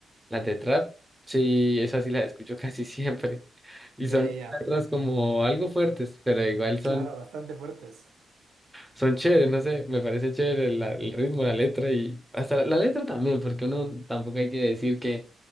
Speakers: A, in the centre; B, on the right (about 85°).
A: las de trap, sí, esas sí las escucho casi siempre, <laughs> y
B: Ya,
A: son
B: ya, ya.
A: letras como algo fuertes, pero igual son
B: Claro, bastante fuertes.
A: Son chéveres, no sé, me parece chévere la- el ritmo, la letra y hasta la, la letra también, porque uno tampoco hay que decir que,